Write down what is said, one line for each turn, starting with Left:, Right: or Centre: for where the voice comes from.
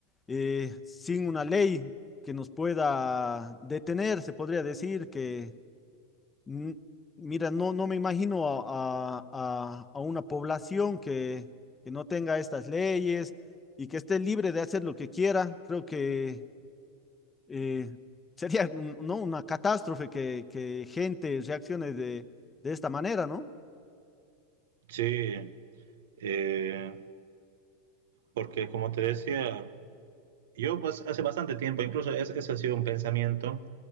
Left: eh, sin una ley que nos pueda detener, se podría decir que Mm, Mira, no, no me imagino a, a- a- a una población que, que no tenga estas leyes y que esté libre de hacer lo que quiera. Creo que eh, <laughs> sería un- ¿no? una catástrofe que, que gente reaccione de, de esta manera, ¿no?
Right: Sí, eh, porque como te decía, yo pues, hace bastante tiempo, incluso es, ese ha sido un pensamiento